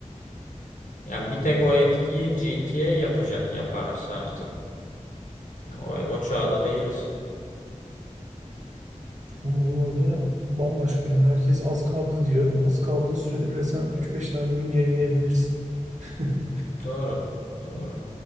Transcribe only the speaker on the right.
Onların oyunu da bambaşka yani. Herkes az kaldı diyor. Az kaldığı sürede bile sen üç beş tane oyun yayınlayabilirsin. <laughs>